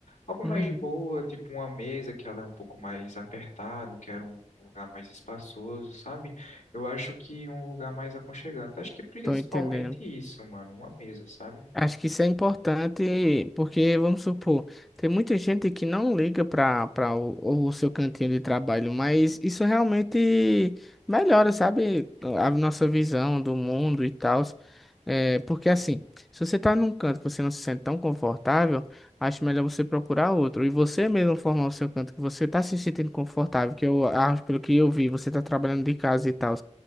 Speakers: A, on the left; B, in the centre.
A: Algo
B: Uhum.
A: mais de boa, tipo uma mesa que ela é um pouco mais apertada, eu quero um lugar mais espaçoso, sabe? Eu acho que um lugar mais aconchegante. Acho que principalmente
B: Tô entendendo.
A: isso, mano, uma mesa, sabe?
B: Acho que isso é importante porque, vamos supor, tem muita gente que não liga para para o, o seu cantinho de trabalho, mas isso realmente melhora, sabe, a nossa visão do mundo e tal. É, porque assim, se você tá num canto que você não se sente tão confortável, acho melhor você procurar outro. E você mesmo formar o seu canto que você tá se sentindo confortável, que eu acho, pelo que eu vi, você tá trabalhando de casa e tal